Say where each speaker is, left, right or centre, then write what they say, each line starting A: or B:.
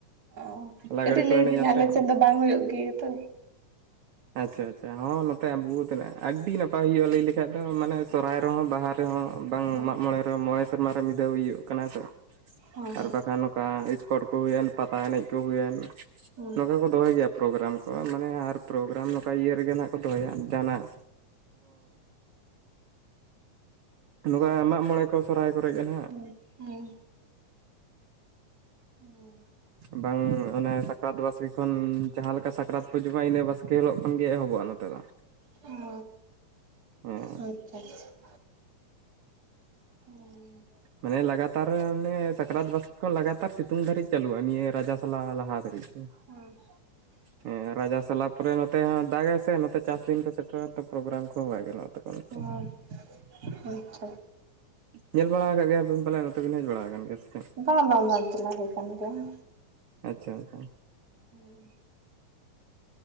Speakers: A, on the right (about 30°); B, on the right (about 60°).
A: ᱚ
B: ᱞᱟᱜᱽᱲᱮ
A: ᱠᱟᱹᱴᱤᱡ
B: ᱠᱚ
A: ᱞᱟᱹᱭ
B: ᱮᱱᱮᱡ
A: ᱵᱤᱱ
B: ᱟᱛᱮ
A: ᱟᱞᱮ ᱥᱮᱫ ᱫᱚ ᱵᱟᱝ ᱦᱩᱭᱩᱜ ᱜᱮᱭᱟ ᱛᱚ᱾
B: ᱟᱪᱪᱷᱟ ᱟᱪᱪᱷᱟ, ᱦᱚᱸ ᱱᱚᱛᱮ ᱵᱩᱦᱩᱫ ᱦᱮᱱᱟᱜ-ᱟ ᱟᱹᱰᱤ ᱱᱟᱯᱟᱭ ᱦᱩᱭᱩᱜᱼᱟ ᱞᱟᱹᱭ ᱞᱮᱠᱷᱟᱡ ᱫᱚ ᱢᱟᱱᱮ ᱥᱚᱨᱚᱨᱟᱭ ᱨᱮᱦᱚᱸ ᱵᱟᱦᱟ ᱨᱮᱦᱚᱸ᱾ ᱵᱟᱝ
A: ᱦᱮᱸ
B: ᱢᱟᱜ ᱢᱚᱬᱮ ᱨᱮ ᱢᱚᱬᱮ ᱥᱮᱨᱢᱟ ᱨᱮ ᱢᱤᱫᱟᱹᱣ ᱤᱭᱚᱜ ᱠᱟᱱᱟ ᱛᱚ,
A: ᱦᱮᱸ ᱦᱮᱸ
B: ᱟᱨ ᱵᱟᱠᱷᱟᱱ ᱚᱱᱠᱟ ᱤᱥᱯᱚᱴ ᱠᱚ ᱦᱩᱭᱮᱱ ᱯᱟᱛᱟ ᱮᱱᱮᱡ ᱠᱚ ᱦᱩᱭᱮᱱ
A: ᱦᱮᱸ
B: ᱱᱚᱝᱠᱟ ᱠᱚ ᱫᱚᱦᱚᱭ ᱜᱮᱭᱟ ᱯᱨᱳᱜᱨᱟᱢ ᱠᱚ᱾ ᱢᱟᱱᱮ ᱟᱨ ᱯᱨᱳᱜᱨᱟᱢ ᱱᱚᱝᱠᱟ ᱤᱭᱟᱹ ᱨᱮᱜᱮ ᱱᱟᱦᱟᱜ ᱠᱚ ᱫᱚᱦᱚᱭᱟ ᱡᱟᱦᱟᱱᱟᱜ ᱱᱚᱝᱠᱟ ᱢᱟᱜ-ᱢᱚᱬᱮ ᱠᱚ ᱥᱚᱨᱦᱟᱭ ᱠᱚᱨᱮ ᱜᱮ ᱦᱟᱜ᱾
A: ᱦᱮᱸ ᱦᱮᱸ ᱦᱮᱸ
B: ᱵᱟᱝ ᱚᱱᱮ ᱥᱟᱠᱨᱟᱛ ᱵᱟᱥᱠᱮ ᱠᱷᱚᱱ ᱡᱟᱦᱟᱸ ᱞᱮᱠᱟ ᱥᱟᱠᱨᱟᱛ ᱠᱚ ᱡᱚᱢᱟ ᱤᱱᱟᱹ ᱵᱟᱥᱠᱮ ᱦᱤᱞᱳᱜ ᱠᱷᱚᱱᱜᱮ ᱮᱦᱚᱵᱚᱜ-ᱟ ᱱᱚᱛᱮ ᱫᱚ᱾
A: ᱦᱮᱸ
B: ᱚ
A: ᱟᱪᱪᱷᱟ ᱦᱩᱸ
B: ᱢᱟᱱᱮ ᱞᱟᱜᱟᱛᱟ ᱚᱱᱮ ᱥᱟᱠᱨᱟᱛ ᱵᱟᱥᱠᱮ ᱠᱷᱚᱱ ᱞᱟᱜᱟᱛᱟᱨ ᱥᱤᱛᱩᱝ ᱫᱷᱟᱹᱨᱤᱡ ᱪᱟᱹᱞᱩᱜ-ᱟ ᱱᱤᱭᱟᱹ ᱨᱟᱡᱟ ᱚᱱᱟ ᱞᱟᱦᱟ ᱫᱷᱟᱨᱤᱡ ᱫᱚ᱾
A: ᱦᱩᱸ
B: ᱦᱮᱸ ᱨᱟᱡᱟ ᱥᱟᱞᱟ ᱯᱚᱨᱮ ᱱᱚᱛᱮ ᱦᱚᱸ ᱫᱟᱜᱟᱭ ᱥᱮ ᱱᱚᱛᱮ ᱪᱟᱥ ᱫᱤᱱ ᱠᱚ ᱛᱮ ᱥᱮᱴᱮᱨᱮᱱ ᱛᱮ ᱯᱨᱳᱜᱨᱟᱢ ᱠᱚᱦᱚᱸ ᱵᱟᱭ ᱜᱟᱱᱚᱜ-ᱟ ᱛᱚᱠᱷᱚᱱ, ᱛᱚ
A: ᱟᱨ ᱟᱪᱪᱷᱟ
B: ᱧᱮᱞ ᱵᱟᱲᱟ ᱟᱠᱟᱫ ᱜᱮᱭᱟᱵᱤᱱ ᱯᱟᱞᱮ ᱱᱚᱛᱮ ᱵᱤᱱ ᱦᱮᱡ ᱵᱟᱲᱟ ᱟᱠᱟᱱ ᱜᱮᱭᱟ ᱥᱮ ᱪᱮ?
A: ᱵᱟ ᱵᱟᱝ ᱵᱟᱝ ᱪᱟᱞᱟᱣ ᱦᱩᱭ ᱠᱟᱱ ᱜᱮᱭᱟ᱾
B: ᱟᱪᱪᱷᱟ ᱟᱪᱪᱷᱟ
A: ᱦᱩᱸ